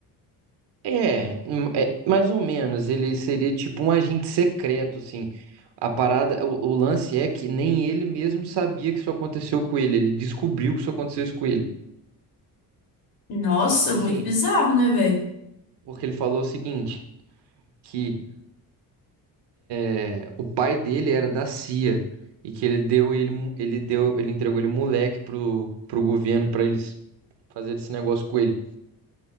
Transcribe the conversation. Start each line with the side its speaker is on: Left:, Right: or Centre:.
Right: É, hum, é, mais ou menos. Ele seria tipo um agente secreto, assim. A parada, o, o lance é que nem ele mesmo sabia que isso aconteceu com ele. Ele descobriu que isso aconteceu isso com ele.
Left: Nossa,
Right: E, tipo
Left: muito
Right: assim,
Left: bizarro, né, velho?
Right: porque ele falou o seguinte, que é, o pai dele era da CIA e que ele deu ele, mo- ele deu, ele entregou ele moleque pro, pro governo para eles fazerem esse negócio com ele.